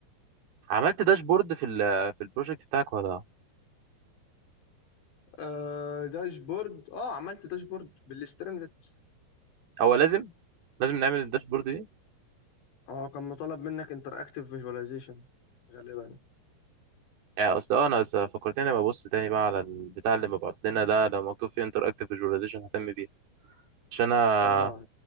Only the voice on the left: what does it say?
آه داشبورد اه عملت داشبورد بالاستريملت
اه كان مطالب منك انتر اكتيف فيجواليزيشن غالبا
اه